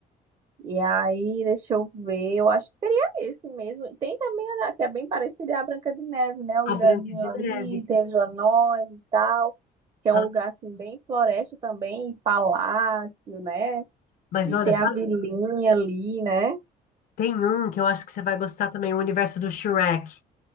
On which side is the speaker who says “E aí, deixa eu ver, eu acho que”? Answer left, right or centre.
Right